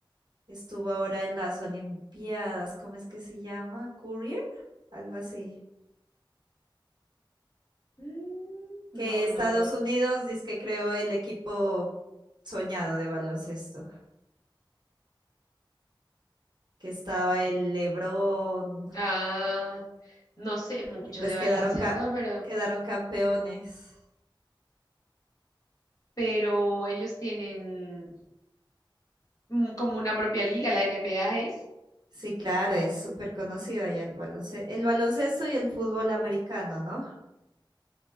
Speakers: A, on the right; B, on the left.
A: Estuvo ahora en las Olimpiadas, ¿cómo es que se llama? Courier, algo así.
B: Mm,
A: Que
B: no,
A: Estados
B: no lo.
A: Unidos dice que creó el equipo soñado de baloncesto, que estaba el LeBron
B: Ah, no sé mucho
A: y pues
B: de baloncesto,
A: quedaron, ca-
B: pero,
A: quedaron campeones.
B: pero ellos tienen mm, como una propia liga, la NBA es
A: Sí, claro, es súper conocido allá el baloncesto, el baloncesto y el fútbol americano, ¿no?